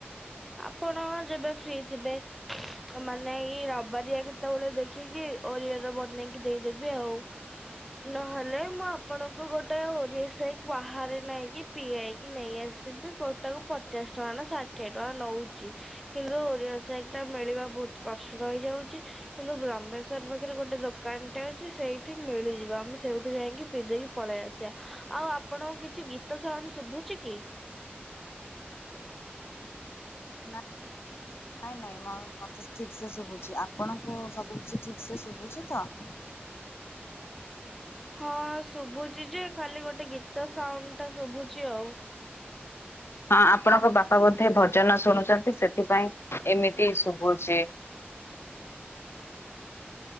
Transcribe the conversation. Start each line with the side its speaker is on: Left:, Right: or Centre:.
Centre: ଆପଣ ଯେବେ ଫ୍ରି ଥିବେ? ମାନେ ଏଇ ରବାରିଆ କେତେବେଳେ ଦେଖିକି ଓରିଓରେ ବନେଇକି ଦେଇଦେବି ଆଉ। ନହେଲେ ମୁଁ ଆପଣଙ୍କୁ ଗୋଟେ ଓରିଓ ସେକ୍ ବାହାରେ ନେଇକି ପିଆଇକି ନେଇ ଆସିି ସେ ଗୋଟାକୁ ପଚାଶ ଟଙ୍କ ନା ସା ଠିଏ ଟଙ୍କା ନଉଛି। କିନ୍ତୁ ଓରିଓ ଶେକ୍ ଟା ମିଳିବା ବହୁତ କଷ୍ଟ ହେଇଯାଉଛି କିନ୍ତୁ ରାମେଶ୍ଵର ପାଖରେ ଗୋଟେ ଦୋକାନଟେ ଅଛି ସେଇଠି ମିଳିଯିବ ଆମେ ସେଇଠୁ ଯାଇକି ପିଇ ଦେଇକି ପଳେଇ ଆସିବା। ଆଉ ଆପଣଙ୍କ କିଛି ଗୀତ ଶାରଣ ଶୁଭୁଛି କି?
Left: ନା ନାଇଁ ନାଇଁ ମୁଁ ମତେ ଠିକ ସେ ଶୁଭୁଛି। ଆପଣଙ୍କୁ ସବୁ କିଛି ଠିକ ସେ ଶୁଭୁଛି ତ? <inaudible>
Centre: ହଁ ଶୁଭୁଛି ଯେ ଖାଲି ଗୋଟେ ଗୀତ ସାଉଣ୍ଡ ଟା ଶୁଭୁଛି ଆଉ।
Left: ହଁ ଆପଣଙ୍କ ବାପା ବୋଧେ ଭଜନ ଶୁଣୁଛନ୍ତି ସେଥିପାଇଁ ଏମିତି ଶୁଭୁଛି।